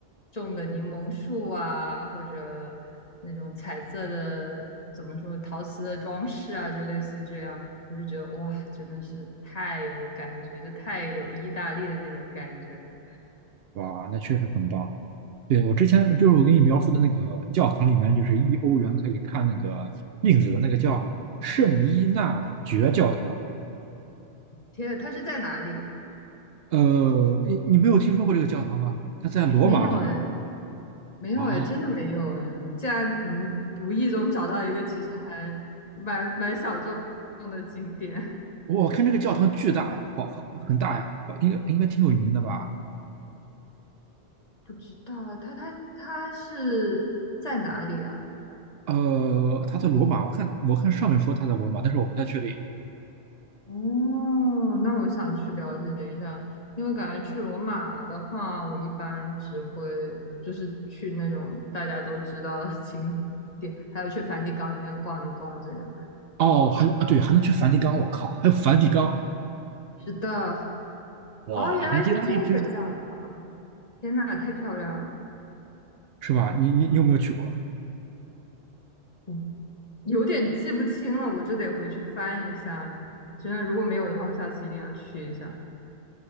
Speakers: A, on the left; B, on the right.
A: 种的柠檬树啊，或者那种彩色的，怎么说，陶瓷的装饰啊，就类似于这样。我就觉得哇，真的是太有感觉，就太有意大利的那种感觉了。
B: 哇，那确实很棒。对，我之前就是我给你描述的那个教堂里面，就是一欧元可以看那个镜子的那个叫圣伊纳爵教堂，
A: 天呐，它是在哪里？
B: 呃，你你没有听说过这个教堂吗？它在罗马好像是
A: 没有哎，没有哎，
B: 啊。
A: 真的没有哎。你竟然无无意中找到一个其实还蛮蛮小众的景点。
B: 我看这个教堂巨大呀，好好很大呀，应该应该挺有名的吧？
A: 不知道他他他是在哪里啊？
B: 呃，它在罗马，我看我看上面说它在罗马，但是我不太确定。
A: 哦，那我想去了解一下，因为感觉去罗马的话，我一般只会就是去那种大家都知道的景点，还有去梵蒂冈里面逛一逛这样。
B: 哦，还啊对，还能去梵蒂冈，我靠，还有梵蒂冈，
A: 是的，
B: 哇，
A: 哦，原来是这个教堂，
B: 那意大利真
A: 天呐，太漂亮了，
B: 是吧？你你你有没有去过？
A: 我有点记不清了，我这得回去翻一下。真的，如果没有的话，我下次一定要去一下。